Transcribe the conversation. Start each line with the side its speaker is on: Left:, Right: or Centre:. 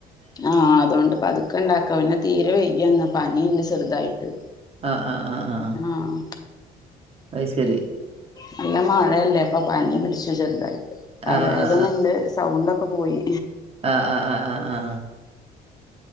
Left: ആഹ് അതുകൊണ്ട് പതുക്കെ ഇണ്ടാക്കാം. പിന്നെ തീരെ വെയ്യന്ന് പനിണ്ട് ചെറുതായിട്ട്.
Right: ആഹ് ആഹ് ആഹ് ആഹ് ആഹ്.
Left: ആഹ്.
Right: അയ് ശരി.
Left: നല്ല മഴയല്ലേ അപ്പൊ പനി പിടിച്ചു ചെറുതായിട്ട്. തലവേദന
Right: ആ ആ ആ
Left: ഉണ്ട് സൗണ്ടൊക്കെ പോയി.
Right: ആ ആ ആ ആ ആ ആ